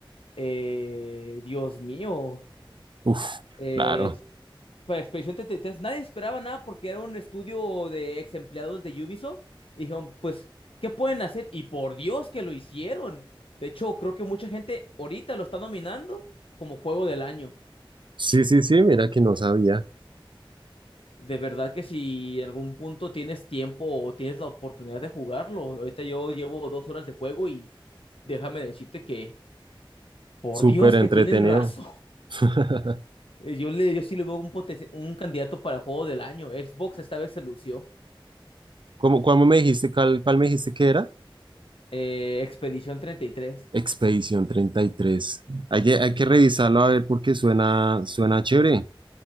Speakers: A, on the left; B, on the right.
A: Eh, Dios mío.
B: Uf,
A: Eh,
B: claro.
A: para Expedición 33 nadie esperaba nada porque era un estudio de ex empleados de Ubisoft. Y dijeron, pues, ¿qué pueden hacer? Y por Dios que lo hicieron. De hecho, creo que mucha gente ahorita lo está nominando como juego del año.
B: Sí, sí, sí, mira que no sabía.
A: De verdad que si en algún punto tienes tiempo o tienes la oportunidad de jugarlo. Ahorita yo llevo dos horas de juego y déjame decirte que, por
B: Súper
A: Dios
B: entretenido.
A: que tienen razón.
B: <laughs>
A: Eh, Yo, le, yo sí le veo un, poten- un candidato para juego del año. Xbox esta vez se lució.
B: ¿Cómo, cómo me dijiste, cuál, cuál me dijiste que era?
A: Eh, Expedición 33.
B: Expedición treinta y tres. Hay que, hay que revisarlo a ver porque suena, suena chévere.